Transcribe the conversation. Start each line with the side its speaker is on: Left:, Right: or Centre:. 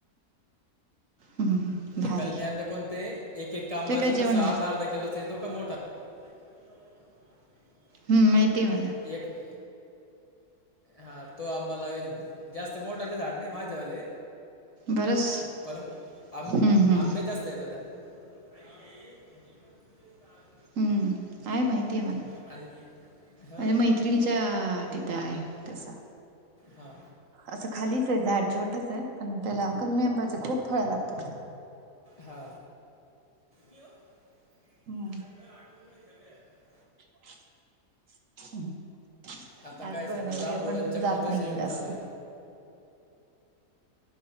Right: हम्म भारी
Left: ते कलमी आंबे कोणते? एक एक आंबा
Right: ते काय
Left: जस
Right: जेवण
Left: अर्धा-अर्धा कीलो सेतो का मोठा. <unintelligible>
Right: हम्म, माहिती आहे मला.
Left: एक आहे. हा, तो आंबा लावेल. जास्त मोठाले झाड नाही माझ्यावाले.
Right: बरंच
Left: पण, आं
Right: हम्म हम्म
Left: आंबे जास्त येतात त्याला. <unintelligible>
Right: हं, आहे माहिती आहे मला.
Left: आणि हां
Right: माझ्या मैत्रिणीच्या तिथं आहे. तसं.
Left: हा.
Right: असं खालीच आहे. झाड छोटच आहे. पण त्याला कलमी आंबाच खूप फळ लागतात. त्याला.
Left: हा. <unintelligible>
Right: हम्म <unintelligible>
Left: आता काय
Right: आज बघ
Left: सध्या
Right: ना,
Left: जांभूळ
Right: वेळ पण
Left: आणि चक्कोचं
Right: जात नाहीये
Left: सीझन
Right: जास्त.
Left: चालू आहे